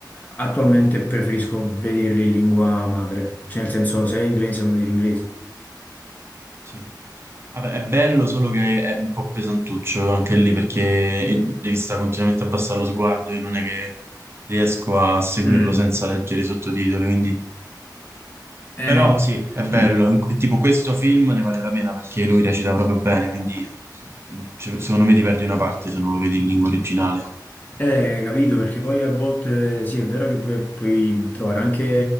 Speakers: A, on the left; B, on the right.
A: attualmente preferisco vederli in lingua madre. Cioè nel senso se è inglese lo vedi in inglese.
B: sì. Vabbè, è bello, solo che è un po' pesantuccio anche lì perché devi stare continuamente a abbassare lo sguardo. Io non è che riesco a seguirlo
A: Mm.
B: senza leggere i sottotitoli, quindi
A: Eh,
B: Però sì, è bello.
A: mm.
B: In- Tipo questo film ne vale la pena perché lui recita proprio bene, quindi mm, cioè, secondo me ti perdi una parte se non lo vedi in lingua originale.
A: Eh, capito, perché poi a volte sì, è vero che puoi, puoi trovare anche,